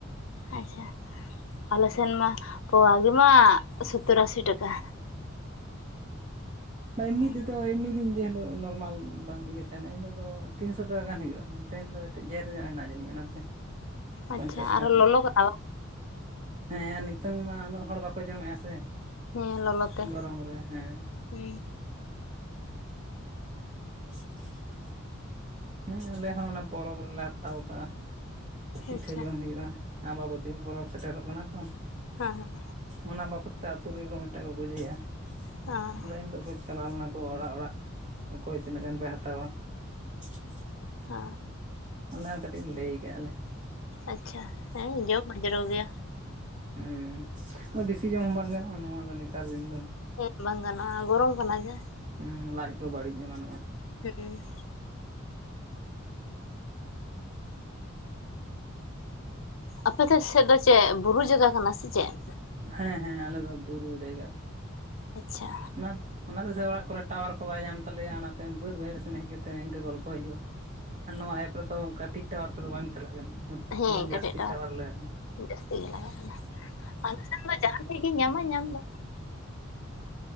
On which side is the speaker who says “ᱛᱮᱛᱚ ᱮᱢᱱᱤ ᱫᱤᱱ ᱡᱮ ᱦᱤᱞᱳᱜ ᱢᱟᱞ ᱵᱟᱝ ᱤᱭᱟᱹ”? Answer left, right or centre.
Right